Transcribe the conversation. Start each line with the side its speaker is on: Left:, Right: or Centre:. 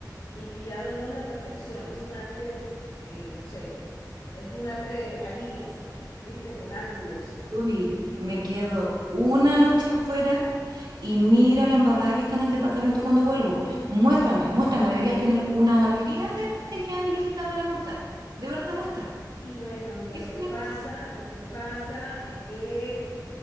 Left: inspirado no en la perfección, es un arte, eh, no sé, es un arte a líneas, ¿viste? Con ángulos.
Right: Uy, me quedo una noche afuera y mira la embarrada que está en el departamento cuando vuelvo. Muéstrame, muéstrame, deberías tener una galería de arte ya lista para montar. De verdad, muéstrame.
Left: Y bueno, amiga,
Right: ¿Qué
Left: lo
Right: es
Left: que
Right: la
Left: pasa,
Right: cosa?
Left: lo que pasa es que,